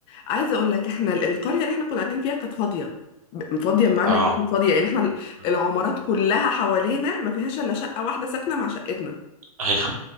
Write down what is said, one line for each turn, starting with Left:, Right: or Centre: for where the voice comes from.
Left: عايزة أقول لك احنا ال- القرية اللي احنا كنا قاعدين فيها كانت فاضية ب- فاضية بمعنى
Right: اه
Left: كلمة فاضية يعني احنا ال-
Right: مم.
Left: العمارات كلها حوالينا ما فيهاش إلا شقة واحدة ساكنة مع شقتنا
Right: ايوه